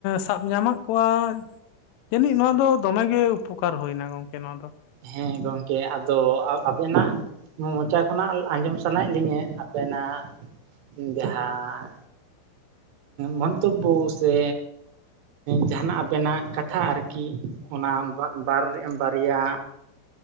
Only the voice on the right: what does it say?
ᱦᱮᱸ ᱜᱚᱝᱠᱮ ᱟᱫᱚ ᱟ ᱟᱵᱤᱱᱟᱜ ᱢᱚᱪᱟ ᱠᱷᱚᱱᱟᱜ ᱟᱸᱡᱚᱢ ᱥᱟᱱᱟᱭᱮᱫ ᱞᱤᱧᱟᱹ ᱦᱟᱯᱮᱱᱟᱜ ᱡᱟᱦᱟᱸ ᱢᱚᱱᱛᱚᱵᱩ ᱥᱮ ᱡᱟᱦᱟᱱᱟᱜ ᱟᱵᱮᱱᱟᱜ ᱠᱟᱛᱷᱟ ᱟᱨᱠᱤ ᱚᱱᱟ ᱵᱟᱝ ᱵᱟᱨᱭᱟ